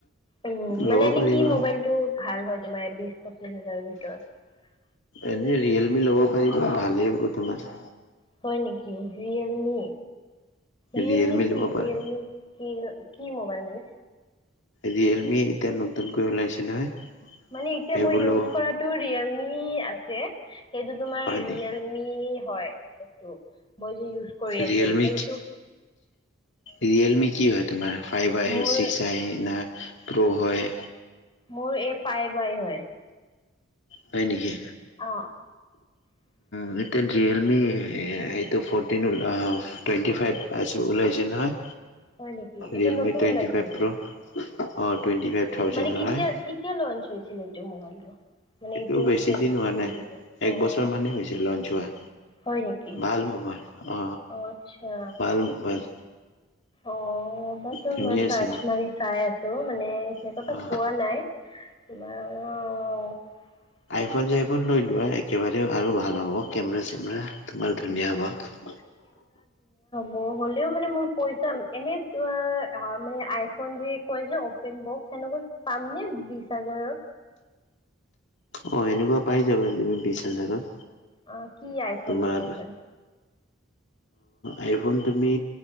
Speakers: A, on the left; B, on the left.
A: উম, মানে
B: ল'ব
A: এনেে
B: পাৰিবা
A: কি মোবাইলটো ভাল হয় তোমাৰ বিশ, পঁচিশ হাজাৰৰ ভিতৰত।
B: এনেই ৰিয়েলমি ল'ব পাৰিব ভালেই হ'ব তোমাৰ।
A: হয়, নেকি য়েলমি, য়েলমি
B: ৰিয়েলমি
A: কি
B: ল'ব পাৰা
A: য়েলমি কি কি মোবাইল মানে?
B: ৰিয়েলমি এতিয়া নতুনকৈ ওলাইছে নহয়।
A: মান এতিয়া
B: সেইবোৰ
A: মই
B: ল'ব
A: কৰায়েলি সেইটো তোমাৰ
B: হয়
A: ৰিয়েলমি
B: নেকি
A: হয়, এইটো। মই যে, ইউজ কৰি
B: ৰিয়েলমি
A: আছো, কিন্তু
B: ৰিয়েলমি কি হয়, তোমাৰ ফাইভ আই
A: মোৰ
B: ছিক্স আই না। প্ৰহ, হয়।
A: মোৰ এই ফাই বাই হয়।
B: হয়, নেকি।
A: অ অ'।
B: ন, ৰিয়েলমি এইটো ফ'ৰ্টিন, টুৱেণ্টি ফাইভ পাইছ ওলাইছে নহয়।
A: হয় নেকি এইটো
B: ৰিয়েলমি
A: নতুন
B: টুৱেণ্টি
A: ওলাইছে
B: ফাইভ
A: নেকি?
B: প্ৰ' অ টুৱেণ্টি ফাইভ থাউজেণ্ডৰ
A: মানে কেতিয়া,
B: হয়
A: কেতিয়া লঞ্চ হৈছিলে এইটো মোবাইলটো। মানে
B: এইটো
A: এইট
B: বেছি
A: জড
B: দিন হোৱা
A: টুৱেটি
B: নাই
A: ফ,
B: এক
A: অ'।
B: বছৰ মানেই হৈছে লঞ্চ হোৱা
A: হয়, নেকি
B: ভাল মোবাইল অ
A: আচ্ছা।
B: ভাল মোবাইল
A: অ, ৰবাচোন
B: ধুনীয়া
A: মই চাৰ্চ
B: আছে
A: মাৰি চাই আছো মানে সনেকুৱ
B: অ
A: পোৱা নাই। <inaudible>
B: ইফোন চাইফোন লৈ লোৱা একেবাৰে আৰু ভাল হ'ব কেমেৰা চেমেৰা তোমাৰ ধুনীয়া হ'ব।
A: ব, হলেও মানে মোৰ পইচা এনে মানে আইফোন যি কয় যে অপেন বক্স তেনেকুৱা পামনে বিশ হাজাৰৰ
B: অ, সেনেকুৱা পাই যাবা তুমি বিশ হাজাৰত
A: আহ কি আইফোন
B: তোমাৰ
A: পাই যে।
B: আইফোন তুমি